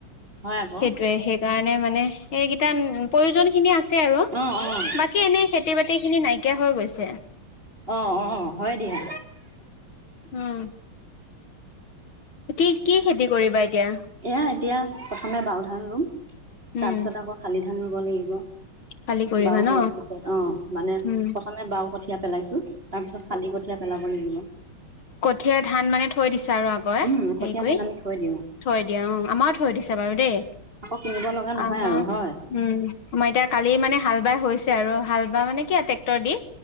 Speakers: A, on the right; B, on the left.
A: হয় আকৌ
B: সেইটোৱে সেইকাৰণে মানে সেইকেইটা প্ৰয়োজন খিনি আছে আৰু
A: অ অ
B: বাকী এনে খেতি বাতি খিনি নাই নাইকিয়া হৈ গৈছে
A: অ অ হয় দিয়া
B: উম কি কি খেতি কৰিবা এতিয়া
A: এয়া এতিয়া প্ৰথমে বাওধান ৰুম
B: উম
A: তাৰপিছত আকৌ শালি ধান ৰুব লাগিব
B: খালি কৰিবা
A: বাও
B: ন
A: ৰোৱাৰ পিছত অ মানে
B: উম
A: প্ৰথমে বাও কঠ পেলাইছো তাৰ পিছত শালি কঠীয়া পেলাব লাগিব
B: কঠিয়া ধান মানে থৈ দিছে এতিয়া আগৰ
A: উম কঠীয়া
B: হেৰি কৰি
A: ধান আমি থৈ দিওঁ
B: থৈ দিয়া অ আমাৰ থৈ দিছো বাৰু দেই
A: আকৌ কিনিব লগা নহয়
B: আমাৰ
A: আৰু হয়।
B: উম আমাৰ এতিয়া কালি মানে হাল বাই হৈছে আৰু হাল বা মানে কি ট্ৰেক্টৰ দি